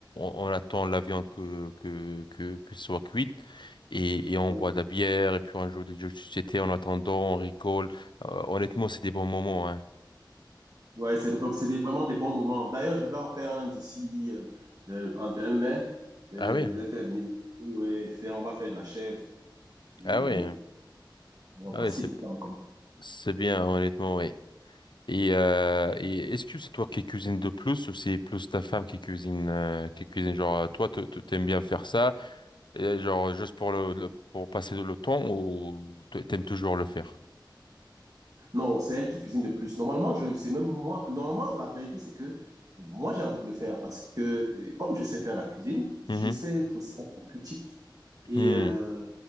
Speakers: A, on the left (about 70°); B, on the right (about 50°).
A: on, on attend la viande que, que, que, que ce soit cuite. Et, et on
B: ouais.
A: boit de la bière, et puis on joue des jeux de société en attendant, on rigole. Euh, honnêtement, c'est des bons moments, hein.
B: Ouais, c'est donc c'est des- vraiment des bons moments. D'ailleurs, je vais en faire un d'ici euh, le 31 mai. Euh,
A: Ah oui,
B: je vais faire venir. Ouais, faire- on va faire de la chèvre et
A: ah oui,
B: on va
A: ah
B: passer
A: oui, c'est,
B: du temps comme
A: c'est bien, honnêtement, oui. Et, euh, et est-ce que c'est toi qui cuisines de plus ou c'est plus ta femme qui cuisine, euh, qui cuisine? Genre, toi, tu- tu- t'aimes bien faire ça. Et genre juste pour le, le- pour passer le temps ou t- t'aimes toujours le faire?
B: Non, c'est elle qui cuisine de plus. Normalement, je c'est même moi. Normalement, la vérité, c'est que moi, j'ai envie de le faire parce que, euh, comme je sais faire la cuisine,
A: Mhm.
B: je sais être aussi critique. Et
A: Mhm.
B: euh,